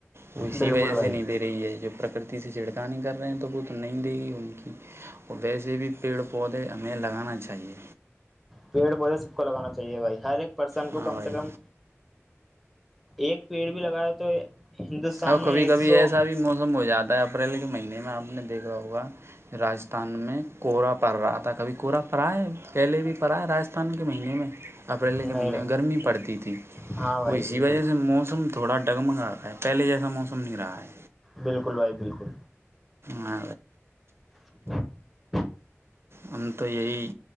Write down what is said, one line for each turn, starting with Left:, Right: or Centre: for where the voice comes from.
Right: وہ اسی
Centre: بالکل
Right: وجہ
Centre: بھائی
Right: سے نہیں دے رہی ہے جو پرکرتی کھتی سے چھڑکانی کر رہے ہیں تو وہ تو نہیں دے گی ان کی اور ویسے بھی پیڑ پودے ہمیں لگانا چاہیے
Centre: پیڑ پودے سب کو لگانا چاہیے بھائی ہر ایک پرسن کو
Right: ہاں
Centre: کم
Right: بھائی
Centre: سے کم ایک پیڑ بھی لگا رہیا تو ہندوستان
Right: اب
Centre: میں
Right: کبھی
Centre: ایک
Right: کبھی
Centre: سو
Right: ایسا بھی موسم ہو جاتا ہے اپریل کے مئی منے میں آپ نے دیکھا ہوگا راستھان میں کورا پڑ رہا تھا کبھی کورا پا ہے پہلے بھی پڑا ہے راستھان کے مہینے میں اپریل
Centre: نہیں
Right: کے مہینے میں گرمی پڑتی تھی
Centre: ہاں بھائی
Right: وہ اسی
Centre: بالکل
Right: وجہ سے موسم تھوڑا ڈٹگ منگا کر پہلے جیسا موسم نہیں رہا ہے
Centre: بالکل بھائی بالکل
Right: ہ
Centre: <inaudible>
Right: ہم تو یہی